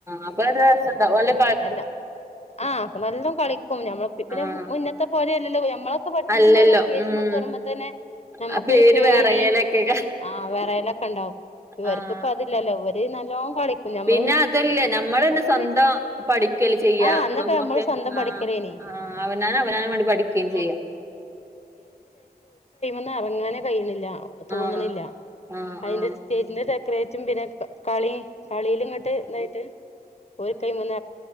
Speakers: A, on the right; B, on the left.
A: അപ്പം അത് രസവുണ്ടാവും അല്ലേ
B: വേണ്ട ആ നല്ലം കളിക്കും ഞമ്മള് പിന്നെ
A: ആഹ്
B: മുന്നത്തെ പോലെ <unintelligible> നമ്മളൊക്കെ പഠിച്ചന്ന്
A: അല്ലല്ലോ
B: പറഞ്ഞാ സ്റ്റേജ്
A: ഉം
B: മേൽ കേറുമ്പാതെന്നു നമുക്കൊരു
A: ആ പേര്
B: പേടി
A: വേറെയാലൊക്കെ
B: ഒക്കെ ആ വെറായലൊക്കെ ഉണ്ടാവും ഇവർക്ക്
A: ആഹ്
B: ഇപ്പോ അതില്ലല്ലോ ഇവ ദി നല്ലോം കളിക്കും ഞമ്മള്
A: പിന്നെ അതല്ലേ നമ്മൾന്നെ
B: ഞമ്മള്
A: സ്വന്തം പഠി ല് ചെയ്യാ
B: ആഹ് അന്നൊക്കെ
A: അമ്മക്കെ
B: നമ്മള് സ്വന്തം
A: ആ
B: പഠിക്കലേനി
A: അവന അവനേണ്ടി പഠിക്കുകയും
B: ആഹ്
A: ചെയ്യാം
B: ന്ന് ഇറങ്ങാനെ കഴിയുണില്ല. തോന്നണില്ല
A: ആഹ് ആഹ്
B: അതിന്റെ
A: ആഹ്
B: സ്റ്റേജിന്റെ ക്രേറ്റും പിന്നെ കളി കളിയില് ഇങ്ങോട്ട് ഇതായിട്ട് ഒരു കൈ മന്ന